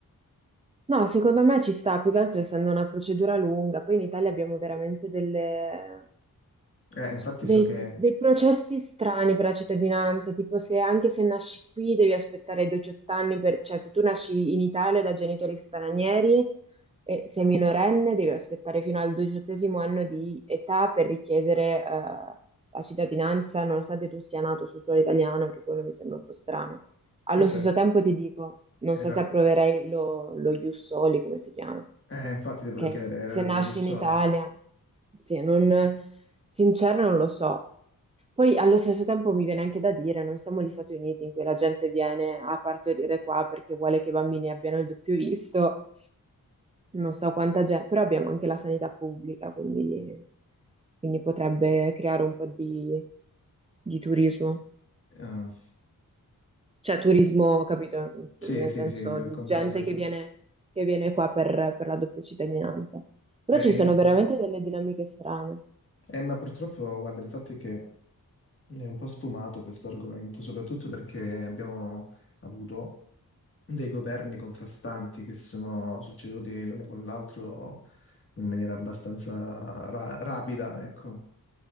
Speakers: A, on the right; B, on the left.
A: No, secondo me ci sta, più che altro essendo una procedura lunga. Poi in Italia abbiamo veramente delle
B: Eh, infatti
A: dei,
B: so che
A: dei processi strani per la cittadinanza, tipo se anche se nasci qui devi aspettare i 18 anni, per, cioè se tu nasci in Italia da genitori stranieri e sei minorenne devi aspettare fino al diciottesimo anno di età per richiedere eh, la cittadinanza, nonostante tu sia nato su suolo italiano, anche quello mi sembra un po' strano. Allo
B: questo
A: stesso
B: è-
A: tempo ti dico, non
B: era...
A: so se approverei lo, lo ius soli, come si chiama,
B: Eh, infatti ti volevo
A: che
B: chiedere, era
A: se
B: dello
A: nasci
B: Jussoli.
A: in Italia, sì, non Sincera non lo so. Poi allo stesso tempo mi viene anche da dire, non siamo gli Stati Uniti in cui la gente viene a partorire qua perché vuole che i bambini abbiano il doppio visto, non so quanta gente, però abbiamo anche la sanità pubblica, quindi, quindi potrebbe creare un po' di, di turismo.
B: Ah.
A: Cioè turismo, capito?
B: Sì,
A: Nel
B: sì,
A: senso
B: sì, ho
A: di
B: compreso.
A: gente che viene, che viene qua per, per la doppia cittadinanza. Però
B: Beh,
A: ci
B: io...
A: sono veramente delle dinamiche strane.
B: Eh, ma purtroppo, guarda, il fatto è che è un po' sfumato questo argomento, soprattutto perché abbiamo avuto dei governi contrastanti che si sono succeduti l'uno con l'altro in maniera abbastanza ra- rapida, ecco.